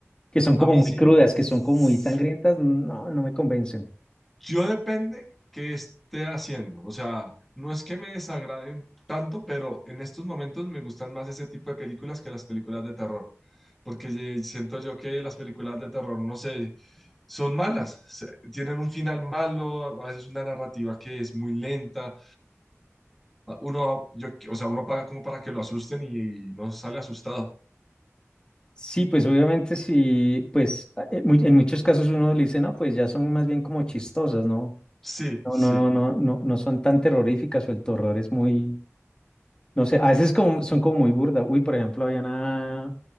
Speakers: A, on the left; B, in the centre.
A: que son
B: A
A: como
B: mí
A: muy
B: sí.
A: crudas,
B: s-
A: que son como muy sangrientas, no, no me convencen.
B: Yo depende qué esté haciendo. O sea, no es que me desagraden tanto, pero en estos momentos me gustan más ese tipo de películas que las películas de terror. Porque ye- siento yo que las películas de terror, no sé, son malas. se- Tienen un final malo, a veces una narrativa que es muy lenta. a- Uno, yo, o sea, uno paga como para que lo asusten y, y no sale asustado.
A: Sí, pues obviamente sí, pues a- eh, mu- en muchos casos uno le dice, no, pues ya son más bien como chistosas, ¿no?
B: Sí,
A: No,
B: sí.
A: no, no, no, no, no son tan terroríficas o el terror es muy, no sé, a veces como, son como muy burda. Uy, por ejemplo, había una,